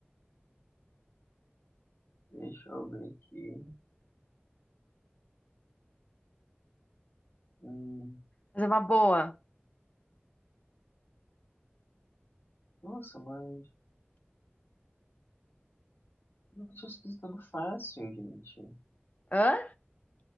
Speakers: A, on the left; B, on the left.
A: Deixa eu ver aqui. Hum,
B: fazer uma boa.
A: nossa, mas isso aqui tá tudo fácil, gente.
B: Hã?